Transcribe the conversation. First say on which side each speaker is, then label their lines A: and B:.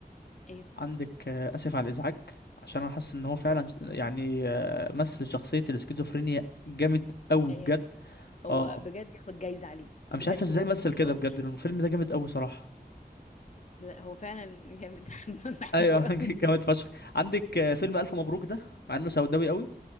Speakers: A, on the left (about 45°); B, on the left (about 80°).
A: ايه
B: عندك آه، اسف على الازعاج عشان انا حاسس ان هو فعلا
A: اه
B: ش- يعني آه، مثل شخصية الاسكيزوفرينيا جامد قوي
A: دي حقيقه
B: بجد
A: هو
B: اه
A: بجد ياخد جايزه عليه
B: انا
A: بجد
B: مش عارف ازاي
A: هو تمثيل
B: مثل كده
A: اوسكار
B: بجد الفيلم ده جامد قوي صراحة
A: لا هو فعلا جامد <laughs> بحبه
B: ايوه
A: قوي
B: <laughs> جامد فشخ عندك آه، فيلم الف مبروك ده مع انه سوداوي قوي